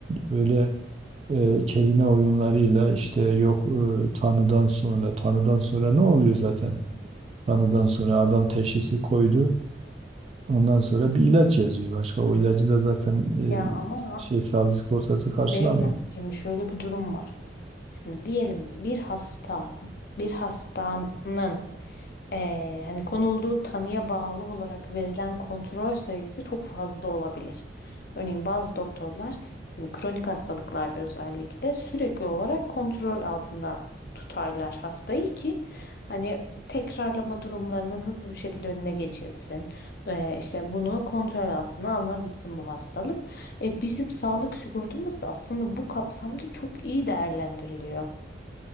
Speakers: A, on the right (about 35°); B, on the left (about 55°).
A: böyle e, kelime oyunlarıyla işte yok e, tanıdan sonra tanıdan sonra ne oluyor zaten? Tanıdan sonra adam teşhisi koydu. Ondan sonra bir ilaç yazıyor başka. O ilacı da zaten
B: Ya ama
A: e, şey sağlık sigortası karşılamıyor.
B: beyefendi şimdi şöyle bir durum var. Şimdi diyelim bir hasta, bir hastanın Ee, hani konulduğu tanıya bağlı olarak verilen kontrol sayısı çok fazla olabilir. Örneğin bazı doktorlar hani kronik hastalıklarda özellikle sürekli olarak kontrol altında tutarlar hastayı ki hani tekrarlama durumlarının hızlı bir şekilde önüne geçilsin. Ee, işte bunu kontrol altına alınabilsin bu hastalık. E, bizim sağlık sigortamız da aslında bu kapsamda çok iyi değerlendiriliyor.